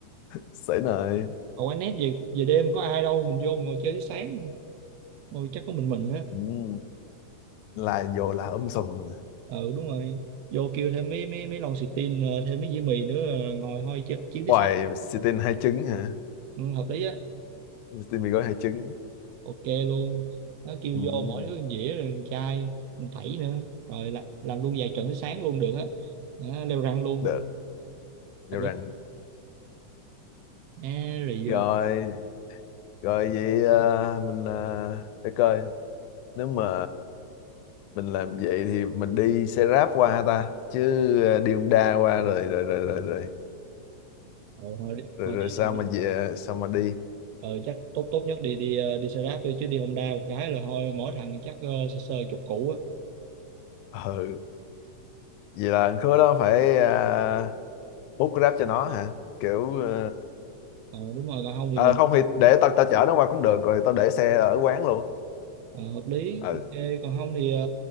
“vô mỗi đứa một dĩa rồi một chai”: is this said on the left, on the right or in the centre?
Right